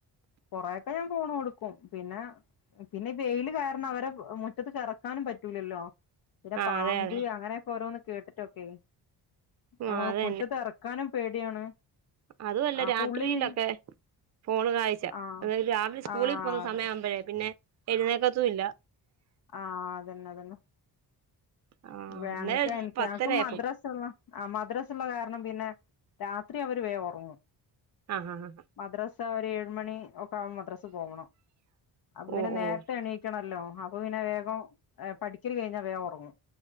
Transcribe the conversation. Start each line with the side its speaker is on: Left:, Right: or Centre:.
Left: കൊറേ അപ്പൊ ഞാൻ ഫോൺ കൊടുക്കും പിന്നെ പിന്നെ ഈ വെയില് കാരണം അവരെ മുറ്റത്ത്കെറക്കാനും പറ്റൂലല്ലോ പിന്നെ
Right: ആഹ്
Left: പാമ്പ്
Right: അതെ അതെ
Left: അങ്ങനെയൊക്കെ ഓരോന്ന് കേട്ടിട്ടൊക്കെ നമ്മള്
Right: ആഹ് അത്
Left: മുറ്റത്തെറ ക്കാനും പേടിയാണ്.
Right: അതുമല്ല
Left: അപ്പൊ
Right: രാത്രിയിലൊക്കെ
Left: ഉള്ളിലിരുന്ന്
Right: ഫോണ് കാഴ്ച
Left: ആഹ്
Right: അതായത് രാവിലെ സ്കൂളിൽ
Left: ആഹ്
Right: പോകുന്ന
Left: അത
Right: സമയാ പിന്നെ എഴുന്നേക്കത്തും ഇല്ല
Left: ആഹ് അതന്നെ അതന്നെ
Right: ആഹ്
Left: ഞങ്ങക്ക്
Right: ഇന്നലെ
Left: എനിക്ക്
Right: പത്തരയായപ്പം
Left: ഞങ്ങക്ക് മദ്രസുള്ള ആഹ് മദ്രാസുള്ള കാരണം പിന്നെ രാത്രി അവര് വേം ഒറങ്ങും
Right: ആഹ് ആഹ് ആഹ്
Left: മദ്രസ് ത് ഒരു ഏഴ് മണി ഒക്കെ ആകുമ്പോ മദ്രസ് പോവണം അപ്പൊ പിന്നെ
Right: ഓഹ്
Left: നേരത്തെണീ
Right: ഓഹ്
Left: ക്കണല്ലോ അപ്പൊ പിന്നെ വേഗം പഠിക്കൽ കഴിഞ്ഞാൽ വേഗം ഉറങ്ങും